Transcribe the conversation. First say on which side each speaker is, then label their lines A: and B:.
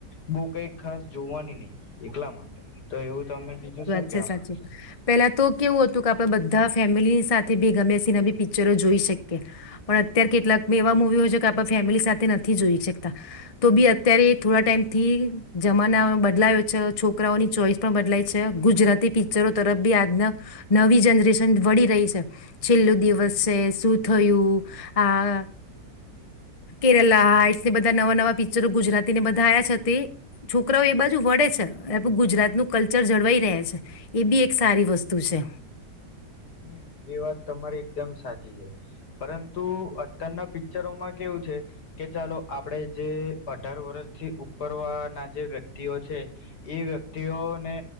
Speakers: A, on the left; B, on the left.
A: બહુ કઈક ખાસ જોવાની નહીિ એટલા માટે તો એવું તમે બીજું શું
B: સા
A: કેવા
B: સાચી
A: માંગશો
B: પેલા તો કેવું હતું કે આપડે બધા ફેમિલી સાથે બી ગમે ત ના બી પિક્ચરો જોઈ શકીએ પણ અત્યારે કેટલાક એવા મુવી હોય છે કે આપ ફેમિલી સાથે નથી જોઈ શકતા તો બી અત્યારે થોડા ટાઈમથી જમાના બદલાયો છે છોકરાઓની ચોઈસ પણ બદલાય છે ગુજરાતી પિક્ચરો તરફ બી આજના નવી જનરેશન વળી રહી છે છેલ્લોું દિવસ છે શું થયું આ કેરલા હાટ્સ બધા નવા નવા પિક્ચરો ગુજરાતીને બધાયા છે તે છોકરાઓ એ બાજુ વળે છે ું ગુજરાતનું કલ્ચર જળવાઈ રહ છે એ બી એક સારી વસ્તુ છે
A: હમ એ વાત તમારી એકદમ સાચી છે પરંતુ અત્યારના પિક્ચરોમાં કેવું છે કે ચાલો આપડે જે અઢાર વર્ષથી ઉપરવા ના જે વ્યક્તિઓ છે એ વ્યક્તિઓને